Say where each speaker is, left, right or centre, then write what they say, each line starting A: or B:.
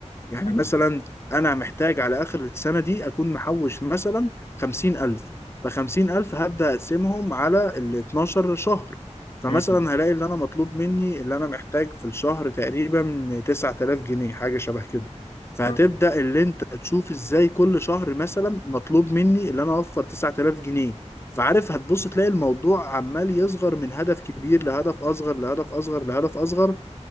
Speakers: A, on the left (about 20°); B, on the left (about 55°).
A: يعني
B: أيوة.
A: مثلا انا محتاج على اخر السنه دي اكون محوش مثلا 50000 فخمسين ألف هبدأ أقسمهم على ال 12 شهر فمثلا
B: مم.
A: هلاقي اللي أنا مطلوب مني اللي أنا محتاج في الشهر تقريبا 9000 جنيه حاجة شبه كده فهتبدأ
B: آه.
A: اللي أنت تشوف إزاي كل شهر مثلا مطلوب مني اللي أنا أوفر 9000 جنيه فعارف هتبص تلاقي الموضوع عمال يصغر من هدف كبير لهدف أصغر لهدف أصغر لهدف أصغر